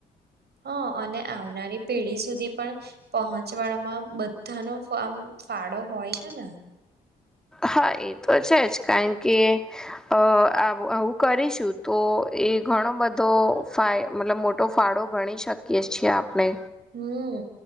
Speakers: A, on the right; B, in the centre.
A: હા અને આવનારી પેઢી સુધી પણ પહોંચવાડમાં બધા ન ફમ ફાળો હોય છે ને
B: હા એ તો છે જ કારણ કે અ આવું કરીશું તો એ ઘણો બધો ફાય મતલબ મોટો ફાળો ગણી શકીએ છીએ આપણે
A: હમ